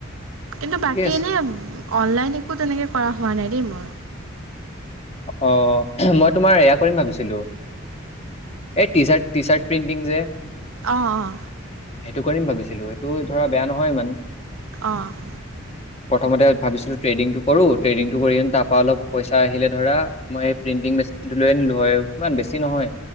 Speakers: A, on the right; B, on the left.
A: কিন্তু বাকী
B: ঠিকে আছে
A: এনেই অনলাইন একো তেনেকৈ কৰা হোৱা নাই দেই মোৰ।
B: অ মই তোমাৰ এয়া কৰিম ভাবিছিলো টি-শাত টি শাৰট প্ৰিণ্টিং যে?
A: অঁ-অ-অ
B: সেইটো কৰিম ভাবিছিলো, সেইটো ধৰা বেয়া নহয় ইমান।
A: অঁ-
B: প্ৰথমতে ভাবিছিলোঁ ট্ৰেডিংটো কৰোঁ, ট্ৰেডিংটো কৰি তাৰপৰা অলপ পইচা আহিলে ধৰা মই এই প্ৰিন্টিং মেচিন টো লৈ আনিলো হয়, ইমান বেছি নহয়।